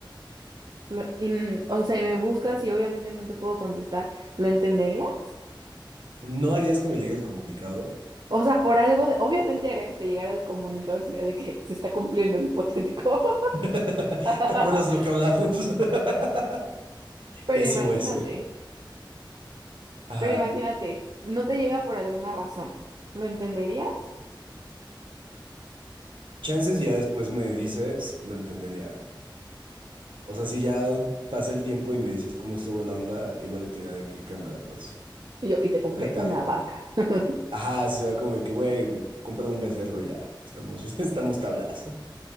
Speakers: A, on the right (about 50°); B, on the right (about 70°).
A: Lo- y n- o sea, y me buscas y obviamente no te puedo contestar. ¿Lo entenderías?
B: ¿No harías que me llegue el comunicado?
A: O sea, por algo, de- obviamente haría que te llegara el comunicado y sería de que se está cumpliendo el hipotético.
B: <laughs>
A: <laughs>
B: ¿Te acuerdas lo que hablamos? <laughs>
A: Pero
B: SOS.
A: imagínate,
B: Ajá.
A: pero imagínate, no te llega por alguna razón. ¿Lo entenderías?
B: Chances y ya después me dices, lo entendería. O sea, si ya pasa el tiempo y me dices cómo estuvo la onda, igual te dirá de qué cámara, pues.
A: Y yo, y te compré
B: Chate
A: una
B: algo.
A: vaca. <laughs>
B: Ajá, se va como de que, güey, cómprame un becerro y ya. Estamos, <laughs> estamos tablas.